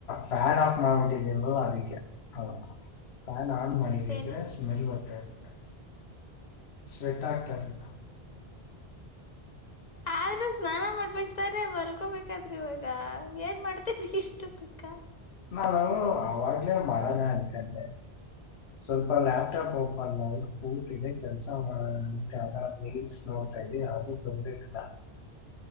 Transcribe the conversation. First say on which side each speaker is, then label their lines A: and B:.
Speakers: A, on the left (about 85°); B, on the left (about 45°).
A: ಫ್ಯಾನ್ ಆಫ್ ಮಾಡಿಬಿಟ್ಟಿದ್ದೀನಿ ಅಲ್ಲ ಅದಕ್ಕೆ ಹೂ ಫ್ಯಾನ್ ಆನ್ ಮಾಡದಿದ್ರೆ
B: ಏನು
A: ಸ್ಮೆಲ್ ಬರತ ಇಲ್ ಸ್ವೆಟ್ ಆಗ್ತಾ ಇಲ್ಲ
B: ಆದ್ರೂ ಸ್ನಾನ ಮಾಡಬೇಕು ತಾನೇ ಮಲ್ಕೋಬೇಕಾದರೆ ಇವಾಗ ಏನ್ ಮಾಡ್ತ ಇದಿಯ ಇಷ್ಟೋ ತನ್ಕ
A: ನಾನು ಅವಾಗ್ಲೇ ಮಾಡಣ ಅನ್ಕೊಂಡೆ ಸ್ವಲ್ಪ ಲ್ಯಾಪ್ಟಾಪ್ ಓಪನ್ ಮಾಡಿ ಕೂತಿದ್ದೆ ಕೆಲಸ ಮಾಡಣ ಅಂದಬಿಟ್ಟು ರೀಲ್ಸ್ ನೋಡ್ತಾ ಇದ್ದೆ ಯಾವುದು ಬಂದೆ ಇಲ್ಲ